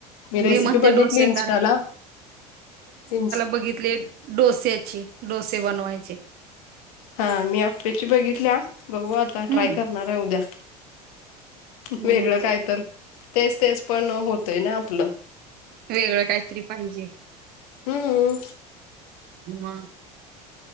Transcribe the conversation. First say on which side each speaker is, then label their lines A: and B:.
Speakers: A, on the left (about 60°); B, on the right (about 50°).
A: मी रेसिपी
B: म्हणते
A: बघितली
B: डोसे
A: इस्टाला, इन
B: बघितलेत. डोस्याची, डोसे बनवायचे.
A: हा, मी आप्प्याची बघितल्या. बघू आता
B: हम्म
A: ट्राय करणाराय उद्या.
B: हो,
A: वेगळं काय तर. तेच- तेच पण होतंय ना, आपलं.
B: वेगळं काहीतरी पाहिजे.
A: हम्म
B: ह.